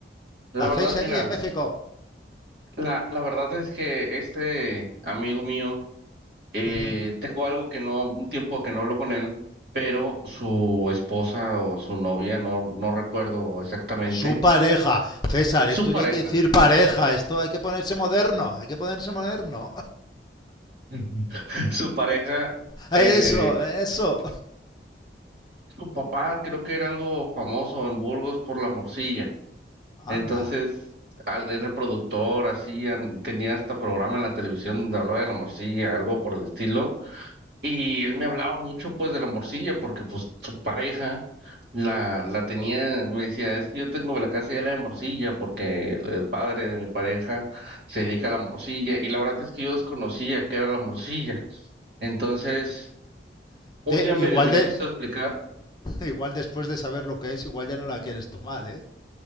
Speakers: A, on the right (about 60°); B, on the left (about 25°).
A: La
B: ¿La
A: verdad,
B: hacéis
A: mira,
B: allí en México?
A: la, la verdad es que este amigo mío, eh,
B: Ujú.
A: tengo algo que no, un tiempo que no hablo con él, pero su esposa o su novia, no, no recuerdo exactamente.
B: Su pareja. César,
A: Su
B: esto
A: pareja
B: ya hay que decir pareja, esto hay que ponerse moderno, hay que ponerse moderno.
A: <laughs> Su pareja,
B: <laughs> Eso,
A: eh,
B: eso.
A: su papá creo que era algo famoso en Burgos por la morcilla. Entonces,
B: Anda.
A: al, era productor, hacían, tenía hasta programa en la televisión donde hablaba de la morcilla, algo por el estilo. Y él me hablaba mucho pues de la morcilla porque pues su pareja la, la tenía, me decía, es que yo tengo la casa llena de morcilla porque el, el padre de mi pareja se dedica a la morcilla. Y la verdad es que yo desconocía que era la morcilla. Entonces...
B: <laughs>
A: un
B: De,
A: día medio
B: igual,
A: me
B: de,
A: quiso explicar.
B: igual después de saber lo que es, igual ya no la quieres tomar, ¿eh?